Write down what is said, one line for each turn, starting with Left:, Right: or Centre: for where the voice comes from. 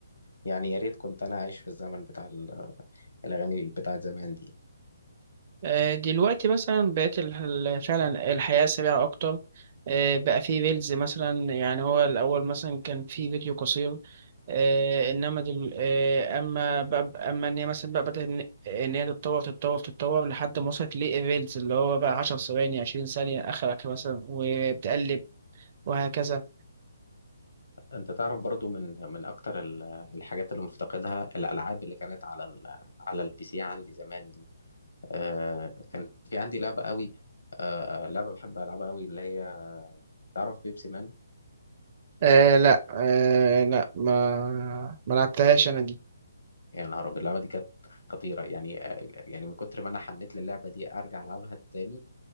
Left: يعني يا ريت كنت انا عايش في الزمن بتاع ال- الاغاني بتاعت زمان دي
Right: آه، دلوقتي مثلا بقت ال- ال- فعلا الحياة سريعة أكتر آه، بقى في ريلز مثلا يعني هو الأول مثلا كان في فيديو قصير آه، إنما دل... آه، أما بقى أما إن هي مثلا بقى بدأت إن إن هي تتطور تتطور تتطور لحد ما وصلت للريلز اللي هو بقى عشر ثواني عشرين ثانية آخرك مثلا وبتقلب وهكذا.
Left: انت تعرف برضو من من اكتر ال- الحاجات اللي مفتقدها الالعاب اللي كانت على ال... على البي سي عندي زمان دي آه كان في عندي لعبة قوي آه آه، لعبة بحب ألعبها قوي اللي هي تعرف بيبسي مان
Right: آه لا آه لا ما ما لعبتهاش أنا
Left: يا نهار أبيض اللعبة دي كانت خطيرة يعني آه يعني من كتر ما أنا حنيت للعبة دي أرجع ألعبها تاني